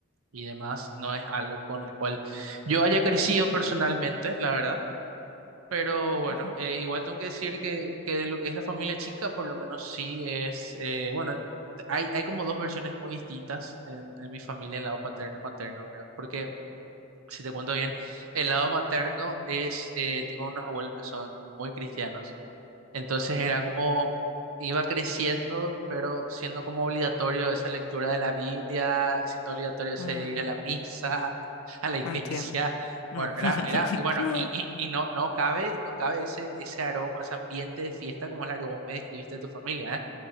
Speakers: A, on the right; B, on the left.
A: y demás, no es algo con el cual yo haya crecido personalmente, la verdad. Pero bueno,
B: Ujú.
A: eh, igual tengo que decir que, que de lo que es la familia chica, por lo menos sí es, eh, bueno, hay, hay como dos versiones muy distintas en, en mi familia, el lado paterno y materno, ¿verdad? Porque, si te cuento bien, el lado materno es, eh, tengo unos abuelos que son muy cristianos. Entonces era como, iba creciendo, pero siendo como obligatorio esa lectura de la Biblia, siendo obligatorio ese
B: Mm,
A: ir a la misa, <laughs> a la iglesia.
B: entiendo. Mm.
A: Bueno, era,
B: <laughs>
A: era, y bueno, y, y, y no, no cabe, no cabe ese, ese aroma, ese ambiente de fiesta como es la que vos me describiste de tu familia, ¿eh?